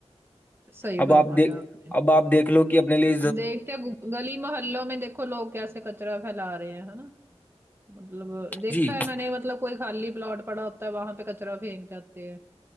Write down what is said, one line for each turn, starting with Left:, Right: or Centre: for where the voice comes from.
Right: صحیح
Left: اب
Right: فرمایا
Left: دیکھ
Right: آپ نے
Left: اب آپ دیکھ لو کہ اپنے لی
Right: ہم دیکھتے گلی محلوں میں دیکھ لوگ کیسے کچرا پھیلا رہے ہیں نا مطلب دیکھا
Left: جی
Right: ہے میں نے مطلب کوئی خالی پلاٹ پڑا ہوتا ہے وہاں پہ کچرا پھینک جاتے ہے